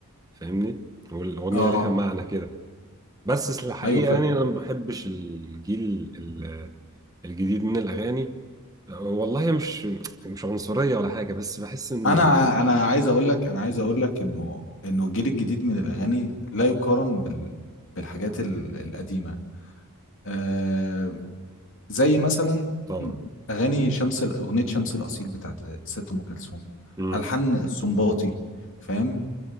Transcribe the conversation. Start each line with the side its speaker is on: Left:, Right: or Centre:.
Right: فاهمني والاغنيه
Left: اه
Right: ليها معنى كده بس الحقيقة
Left: ايوه
Right: يعني أنا ما بحبش الجيل ال- الجديد من الأغاني والله مش مش عنصرية ولا حاجة بس بحس إن
Left: انا
Right: ال...
Left: انا عايز اقول لك انا عايز اقول لك انه انه الجيل الجديد من الاغاني لا يقارن بال بالحاجات ال- القديمه آه زي مثلا
Right: طبعا
Left: اغاني شمس ال- اغنيه شمس الاصيل بتاعت ست ام كلثوم
Right: امم
Left: الحان السنباطي فاهم